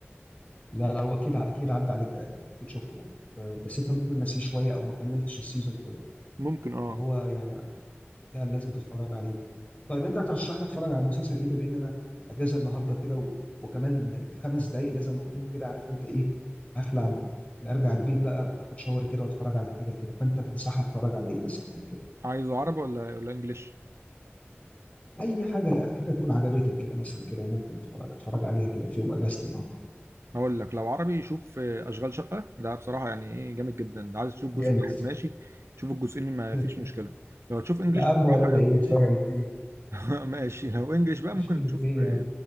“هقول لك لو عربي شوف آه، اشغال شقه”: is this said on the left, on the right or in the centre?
Right